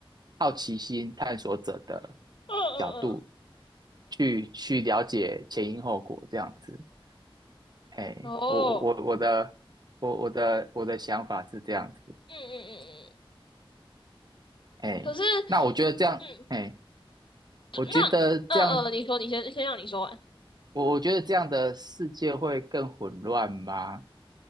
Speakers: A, on the right; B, on the left.
A: 好奇心探索者的
B: 嗯嗯
A: 角度去去了解前因后果这样子。嘿，
B: 嗯，哦，
A: 我我我我的我我的我的想法是这样子。
B: 嗯嗯嗯嗯，
A: 嘿，
B: 可是。
A: 那我觉得这样，
B: 嗯。
A: 嘿。我觉得这样，
B: 那嗯嗯，你说，你先先让你说完。
A: 我我觉得这样的世界会更混乱吗？